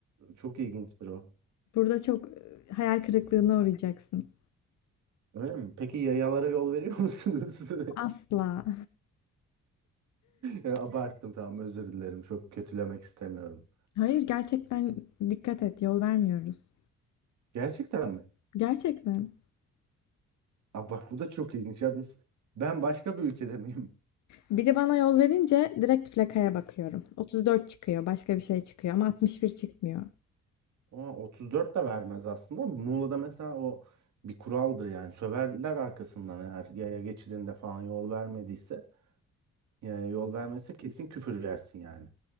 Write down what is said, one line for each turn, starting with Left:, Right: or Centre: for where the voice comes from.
Right: çok ilginçtir o.
Left: burada çok e, hayal kırıklığına uğrayacaksın.
Right: Öyle mi? Peki yayalara yol veriyor musunuz? <laughs>
Left: Asla.
Right: Ya abarttım tamam özür dilerim. Çok kötülemek istemiyorum.
Left: Hayır gerçekten dikkat et yol vermiyoruz.
Right: Gerçekten mi?
Left: Gerçekten.
Right: Aa, bak bu da çok ilginç ya biz ben başka bir ülkede miyim?
Left: Biri bana yol verince direkt plakaya bakıyorum. 34 çıkıyor, başka bir şey çıkıyor ama 61 çıkmıyor.
Right: Aa, 34 de vermez aslında. Muğla'da mesela o bir kuraldır yani. Söverler arkasından eğer yaya geçidinde falan yol vermediyse. Yaya yol vermezse kesin küfür yersin yani.